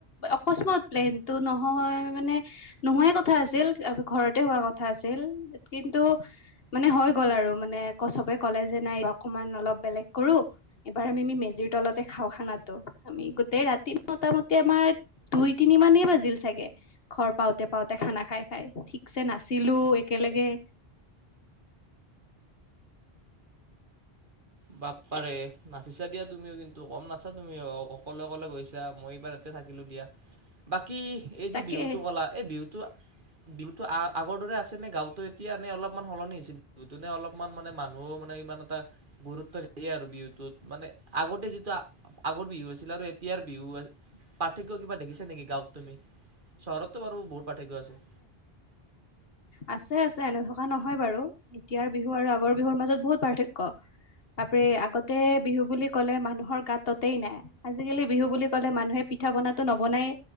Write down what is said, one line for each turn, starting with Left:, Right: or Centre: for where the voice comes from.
Left: অকস্মত প্লেনতটো নহয় মানে, নোহোৱাই কথা আছিল ঘৰতে হোৱা কথা আ আছিল, কিন্তু মানে হৈ গ'ল আৰু মানে ক সবে ক'লে যে নাই অকণমান অলপ বেলেগ কৰো। এইবাৰ আমি- আমি মেজিৰ তলতে খাওঁ খানাটো, আমি গোটেই ৰাতি মোটা মোটি আমাৰ দুই তিনি মানেই বাজিল চাগে। ঘৰ পাওঁতে-পাওঁতে খানা খাই-খাই ঠিকছে নাছিলো একেলগে।
Right: বাপ পা ৰে নাচিছা দিয়া তুমিও কিন্তু কম নাচা তুমি অকলে-অকলে গৈছা মই এইবাৰ তে থাকিলোঁ দিয়া। বাকী এই যি
Left: তাকে
Right: বিহুটো ক'লা এই বিহুটো বিহুতো আ-আগৰ দৰে আছে নে গাঁৱতো এতিয়া নে অলপমান সলনি হৈছে? দুদিনে অলপমান মানে মানুহো মানে ইমান এটা গুৰুত্ব নিদিয়ে আৰু বিহুটোত মানে আগতে যিটো আগৰ বিহু আছিলে আৰু এতিয়াৰ বিহু পাৰ্থক্য কিবা দেখিছে নেকি গাঁৱত তুমি? চহৰত তো বাৰু বহুত পাৰ্থক্য আছে।
Left: আছে-আছে এনে নথকা নহয় বাৰু, এতিয়াৰ বিহু আৰু আগৰ বিহুৰ মাজত বহুত পাৰ্থক্য। বাপৰে আগতে বিহু বুলি কলে মানুহৰ গাত ততেই নাই। আজি-কালি বিহু বুলি ক'লে মানুহে পিঠা বনাতো নবনায়।